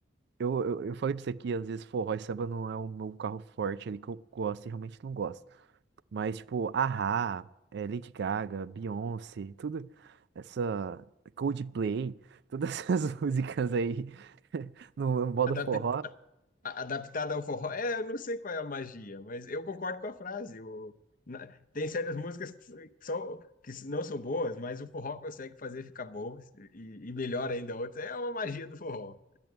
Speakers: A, on the right (about 65°); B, on the left (about 50°).
A: eu, eu, eu falei pra você que às vezes forró e samba não é o meu carro forte ali que eu gosto e realmente não gosto. Mas, tipo, a Lady Gaga, Beyoncé, tudo essa Coldplay, todas <laughs> essas músicas aí <laughs> no modo
B: Adapta,
A: forró.
B: adaptada ao forró. É, eu não sei qual é a magia, mas eu concordo com a frase. O- na- tem certas músicas que, só, que não são boas, mas o forró consegue fazer ficar boas e, e melhor ainda outras. É uma magia do forró.